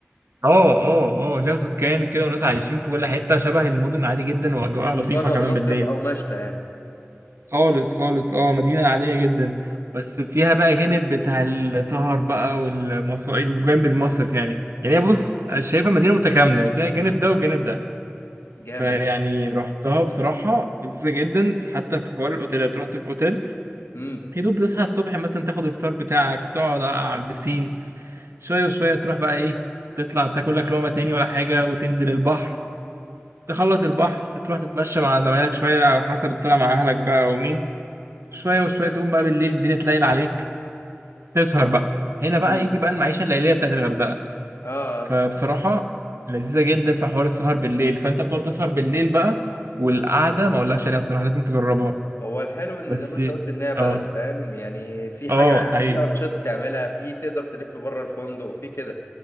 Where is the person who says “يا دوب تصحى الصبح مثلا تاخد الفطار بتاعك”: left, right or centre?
Right